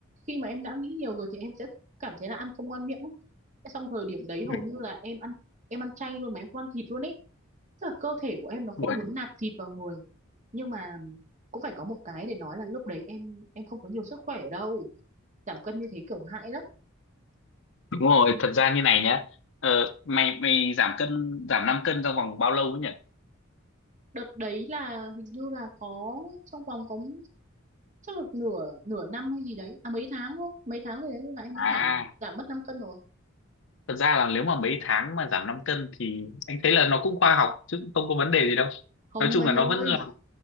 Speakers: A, on the right; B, on the left.
A: khi mà em đã nghĩ nhiều rồi thì em sẽ cảm thấy là ăn không ngon miệng ấy. Thế xong thời điểm đấy hầu
B: Ừ.
A: như là em ăn em ăn chay luôn mà em không ăn thịt luôn ấy tức là cơ thể của em nó không
B: Ui,
A: muốn nạp thịt vào người nhưng mà cũng phải có một cái để nói là lúc đấy em em không có nhiều sức khỏe đâu giảm cân như thế kiểu hại lắm
B: đúng rồi thật ra như này nhá ờ, mày mày giảm cân giảm 5 cân trong vòng bao lâu ấy nhỉ
A: đợt đấy là hình như là có trong vòng có chắc là nửa nửa năm hay gì đấy à mấy tháng thôi mấy tháng rồi đấy lúc nãy em đã
B: à
A: giảm giảm mất 5 cân rồi
B: thật ra là nếu mà mấy tháng mà giảm 5 cân thì anh thấy là nó cũng khoa học chứ cũng không có vấn đề gì đâu
A: không
B: nói chung
A: anh
B: là
A: ơi
B: nó vẫn là